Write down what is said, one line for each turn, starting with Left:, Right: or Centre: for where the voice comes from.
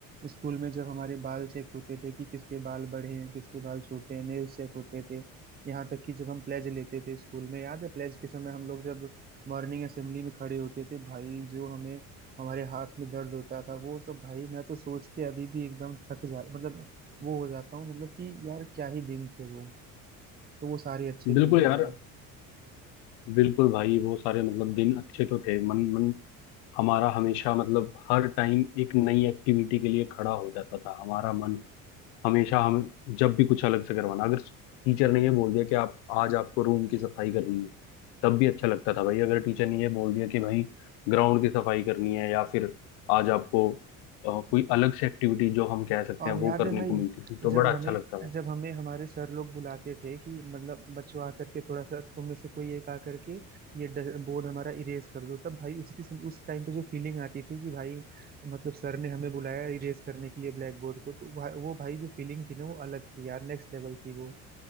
Right: स्कूल में जब हमारे बाल चेक होते थे कि किसके बाल बड़े हैं किसके बाल छोटे हैं नेल्स चेक होते थे यहाँ तक कि जब हम प्लेज लेते थे स्कूल में याद है प्लेज के समय हम लोग जब मॉर्निंग असेंबली में खड़े होते थे भाई जो हमें हमारे हाथ में दर्द होता था वो सब भाई मैं तो सोच के अभी भी एकदम थक जा मतलब वो हो जाता हूँ मतलब कि यार क्या ही दिन थे वो तो वो सारे अच्छे दिन
Left: बिल्कुल यार
Right: थे यार
Left: बिल्कुल भाई वो सारे मतलब दिन अच्छे तो थे मन मन हमारा हमेशा मतलब हर टाइम एक नई एक्टिविटी के लिए खड़ा हो जाता था हमारा मन हमेशा हम जब भी कुछ अलग से करवाना अगर टीचर ने ये बोल दिया कि आप आज आपको रूम की सफाई करनी है तब भी अच्छा लगता था भाई अगर टीचर ने ये बोल दिया कि भाई ग्राउंड की सफाई करनी है या फिर आज आपको अ, कोई अलग से एक्टिविटी जो हम कह सकते
Right: और
Left: हैं वो
Right: याद
Left: करने
Right: है भाई
Left: को मिलती थी तो
Right: जब
Left: बड़ा
Right: हमें
Left: अच्छा लगता था
Right: जब हमें हमारे सर लोग बुलाते थे कि मतलब बच्चों आकर के थोड़ा सा तुम में से कोई एक आकर के ये ड- बोर्ड हमारा इरेज कर दो तब भाई उसकी सम- उस टाइम पे जो फीलिंग आती थी कि भाई मतलब सर ने हमें बुलाया इरेज करने के लिए ब्लैक बोर्ड को तो भा, वो भाई जो फीलिंग थी ना वो अलग थी यार नेक्स्ट लेवल थी वो